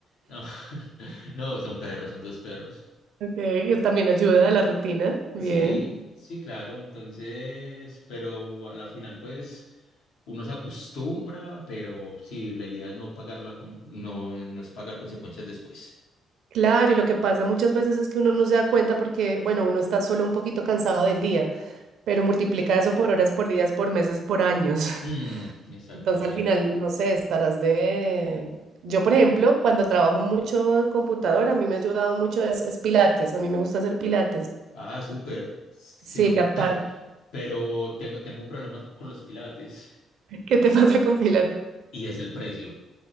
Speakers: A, on the left; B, on the right.
A: No, <laughs> no, son perros, son dos perros.
B: Ok, eso también ayuda a la rutina. Bien.
A: Sí, sí, claro, entonces, pero a la final, pues, uno se acostumbra, pero sí, la idea es no pagar la, con- no, no es pagar consecuencias después.
B: Claro, y lo que pasa muchas veces es que uno no se da cuenta porque, bueno, uno está solo un poquito cansado del día, pero multiplica eso por horas, por días, por meses, por años. <laughs>
A: Mm, exactamente.
B: Entonces al final, no sé, estarás de... Yo, por ejemplo, cuando trabajo mucho en computadora, a mí me ha ayudado mucho es, es pilates. A mí me gusta hacer pilates.
A: Ah, súper. Sino
B: Sí, que
A: que,
B: aparte,
A: <laughs> pero tengo, tengo un problema con los pilates
B: <laughs> ¿qué te pasa con Pilates?
A: y es el precio.